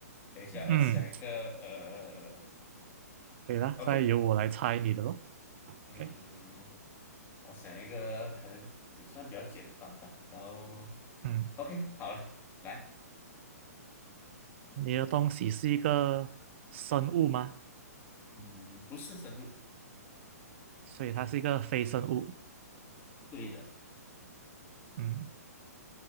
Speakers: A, on the left; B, on the right.
A: 等一下，
B: 嗯，
A: 我想一个呃
B: 可以啦。
A: ，OK，
B: 现在由我来猜你的咯。
A: 嗯，
B: OK，
A: 我想一个可能也算比较简单吧。然后
B: 嗯，
A: OK，好了，来，
B: 你的东西是一个生物吗？
A: 嗯，不是深入，
B: 所以它是一个非生物。
A: 对的，
B: 嗯，